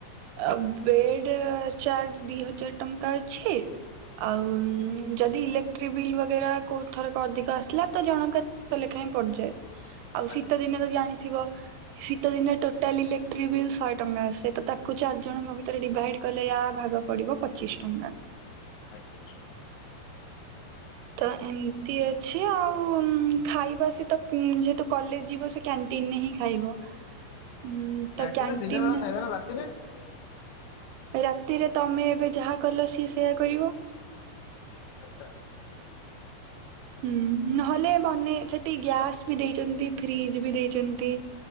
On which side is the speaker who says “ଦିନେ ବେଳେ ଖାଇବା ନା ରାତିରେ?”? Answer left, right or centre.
Left